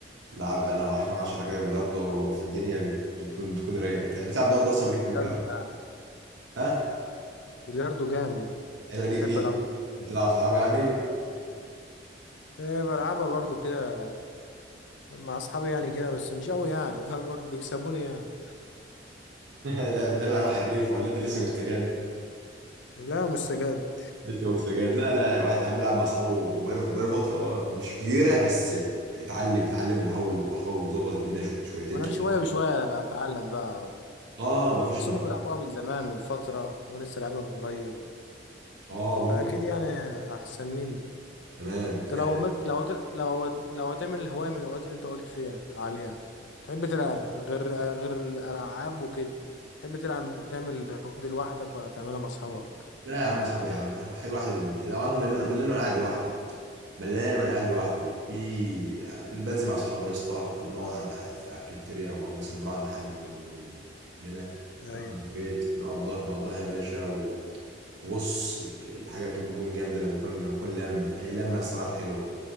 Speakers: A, on the right (about 70°); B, on the left (about 75°).
A: لعب انا معاك كام 10 كده بلياردو في الدنيا بت- بتكون بتكون رايقه انت بتلعب بلياردو اصلا ليك
B: بلياردو
A: في البلياردو
B: جامد
A: ها
B: بلياردو جامد
A: ايوه ليك
B: بحب
A: ليك
B: العب
A: بتلعب تلعبها يعني
B: إيه بلعبها برضو كده مع اصحابي يعني كده بس مش قوي يعني <laughs> بيكسبوني يعني
A: <laughs> لا، بنو انا حريف ولا انت لسه مستجد
B: لا مش سجاد
A: لسه مستجد لا لا لا واحد يا عم بيلعب مع اصحابه وبقاله بقاله فتره اه مش كتيره بس اتعلم اتعلم وحاول وحاول وظبط الدنيا شويه شويتين
B: وانا
A: تلاته
B: شويه بشويه اتعلم بقى أهو.
A: اه مفيش
B: بس
A: مفيش
B: هم بيلعبوها من زمان من فتره وانا لسه لعبها من قريب
A: اه ممكن
B: فاكيد يعني احسن مني
A: تمام
B: انت
A: آه.
B: لو مل... لو هت... لو هت... لو هتعمل الهوايه من الهوايات اللي انت قلت فيها عليها تحب تلعب غير غير الالعاب وكده تحب تلعب تعمل الهواية دي لوحدك ولا تعملها مع اصحابك
A: لا يا عم اصحابي يا عم حلو واحد من ده انا ملان ملان وأنا قاعد لوحدي ملان وانا قاعد لوحدي في بنزل مع اصحابي يا اسطى نقعد عند في على الكافيتيريا او أو مثلا نروح عند حد من من مننا
B: ايوه
A: في البيت نقضيها نقضيها يا باشا و- وبص الحاجه بتبقى بتكون جامده لما اكون لما اكون لما هي اللمه صراحه حلوه